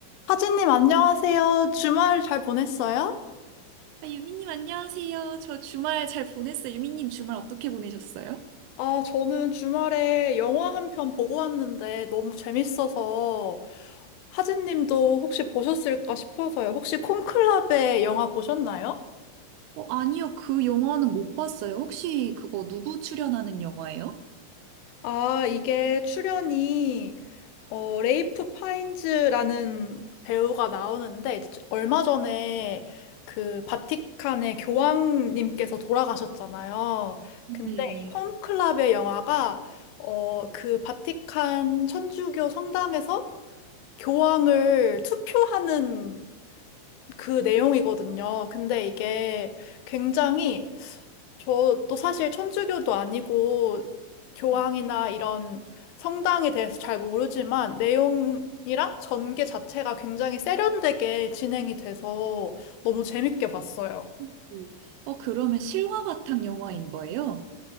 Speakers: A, on the left; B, on the right.
A: 하진님, 안녕하세요. 주말 잘 보냈어요?
B: 아, 유미님, 안녕하세요. 저 주말 잘 보냈어요. 유미님, 주말 어떻게 보내셨어요?
A: 아, 저는 주말에 영화 한 편 보고 왔는데 너무 재밌어서 하진님도 혹시 보셨을까 싶어서요. 혹시 콘클라베 영화 보셨나요?
B: 어, 아니요, 그 영화는 못 봤어요. 혹시 그거 누구 출연하는 영화예요?
A: 아, 이게 출연이 어, 레이프 파인즈라는 배우가 나오는데, 이제 얼마 전에 그 바티칸의 교황님께서 돌아가셨잖아요.
B: 네.
A: 근데 이 콘클라베 영화가, 어, 그 바티칸 천주교 성당에서 교황을 투표하는 그 내용이거든요. 근데 이게 굉장히 저도 사실 천주교도 아니고 교황이나 이런 성당에 대해서 잘 모르지만 내용이랑 전개 자체가 굉장히 세련되게 진행이 돼서 너무 재밌게 봤어요.
B: 음. 어, 그러면 실화 바탕 영화인 거예요?